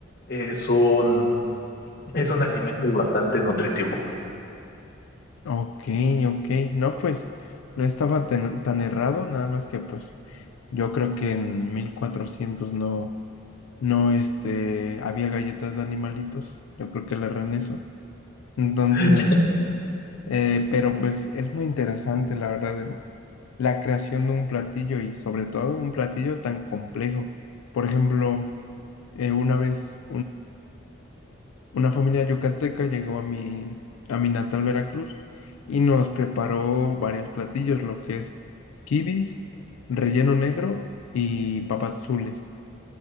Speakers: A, on the left; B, on the left.
A: Es un, es un alimento bastante nutritivo.
B: Ok, ok. No, pues no estaba tan, tan errado, nada más que pues yo creo que en 1400 no, no, este, había galletas de animalitos. Yo creo que le erré en eso. Entonces,
A: <laughs>
B: eh, pero pues es muy interesante, la verdad, el- la creación de un platillo y sobre todo un platillo tan complejo. Por ejemplo, eh, una vez una familia yucateca llegó a mi, a mi natal Veracruz y nos preparó varios platillos, lo que es quibis, relleno negro y papazules.